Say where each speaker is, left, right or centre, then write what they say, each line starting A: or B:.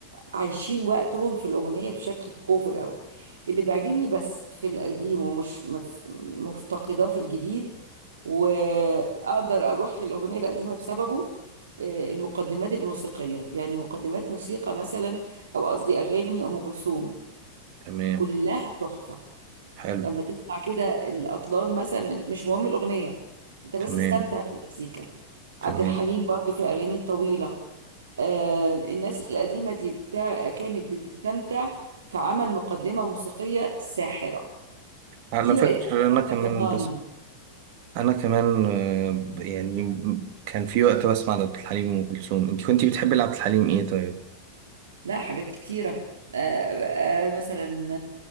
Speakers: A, on the right; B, on the right.
A: عايشين وقتهم في الأغنية بشكل أوفر قوي اللي بيعجبني بس في القديم ومش مف- مفتقداه في الجديد وأقدر أروح للأغنية القديمة بسببه آه، المقدمات الموسيقية يعني مقدمات موسيقى مثلا أو قصدي أغاني أم كلثوم
B: تمام
A: كلها تحفة
B: حلو
A: لما تسمع كده الأطلال مثلا مش مهم الأغنية أنت بس
B: تمام
A: استمتع بالمزيكا
B: تمام
A: عبد الحليم برضو في الأغاني الطويلة آه، الناس القديمة دي بتاع كانت بتستمتع في عمل مقدمة موسيقية ساحرة
B: على
A: دي
B: فكرة
A: بقت احنا
B: انا
A: افتقدناها
B: كمان بس
A: هنا
B: انا كمان آه يعني كان في وقت بسمع لعبد الحليم وام كلثوم انت كنتي بتحبي لعبد الحليم ايه طيب؟
A: لا حاجات كتيرة آه، آه، مثلا